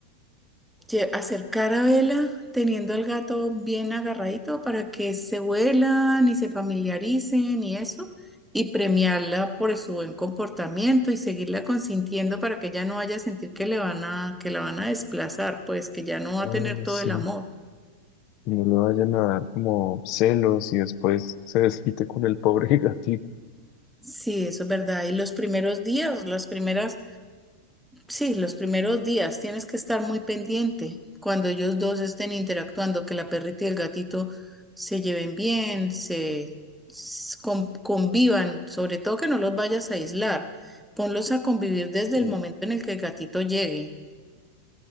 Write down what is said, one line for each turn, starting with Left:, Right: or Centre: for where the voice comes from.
Centre: lle- acercar a vela teniendo al gato bien agarradito para que se vuelan y se familiaricen y eso, y premiarla por su buen comportamiento y seguirla consintiendo para que ella no vaya a sentir que le van a, que la van a desplazar, pues que ya no va
Left: ah,
Centre: a tener todo
Left: sí,
Centre: el amor.
Left: no le vayan a dar como celos y después se desquite con el pobre <laughs> gatito.
Centre: Sí, eso es verdad. Y los primeros días, las primeras Sí, los primeros días tienes que estar muy pendiente cuando ellos dos estén interactuando, que la perrita y el gatito se lleven bien, se s- con- convivan, sobre todo que no los vayas a aislar, ponlos a convivir desde
Left: Sí,
Centre: el momento en el que el gatito llegue.